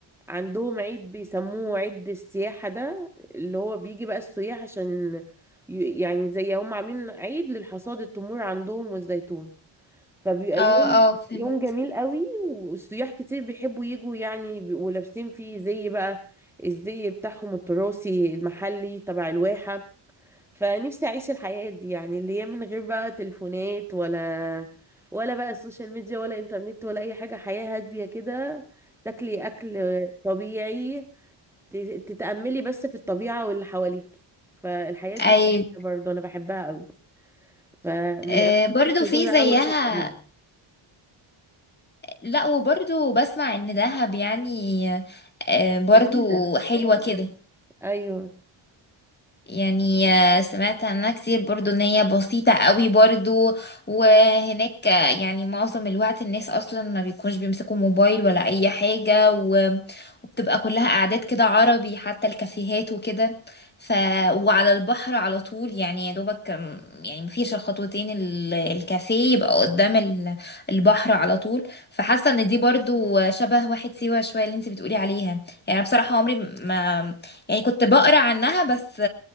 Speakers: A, in the centre; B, on the left (about 20°).
A: عندهم عيد بيسموه عيد السياحة ده اللي هو بيجي بقى السياح عشان ي- يعني زي هم عاملين عيد للحصاد التمور عندهم والزيتون فبيبقى
B: اه
A: يوم
B: اه فهمت
A: يوم جميل قوي والسياح كتير بيحبوا يجوا يعني بيبقوا لابسين فيه زي بقى الزي بتاعهم التراثي المحلي تبع الواحة فنفسي اعيش الحياة دي يعني اللي هي من غير بقى تليفونات ولا ولا بقى السوشيال ميديا ولا انترنت ولا اي حاجة حياة هادية كده تاكلي اكل طبيعي ت- تتأملي بس في الطبيعة واللي حواليك فالحياة دي
B: اي
A: برضه انا بحبها قوي فمن
B: آه،
A: اماكن
B: برضو
A: كنت ازورها
B: في زيها
A: قوي واحد فيهم
B: لا وبرضو بسمع ان دهب يعني آه، برضو
A: جميلة
B: حلوة كده
A: ايوه
B: يعني آه، سمعت عنها كتير برضو ان هي بسيطة قوي برضو وهناك آه، يعني معظم الوقت الناس اصلا ما بيكونش بيمسكوا موبايل ولا اي حاجة و- وبتبقى كلها قعدات كده عربي حتى الكافيهات وكده ف وعلى البحر على طول يعني يا دوبك آم، يعني مفيش الخطوتين ال- الكافيه يبقى قدام ال- البحر على طول فحاسة ان دي برضو آه، شبه واحد سيوة شوية اللي انت بتقولي عليها يعني أنا بصراحة عمري ما يعني كنت بقرا عنها بس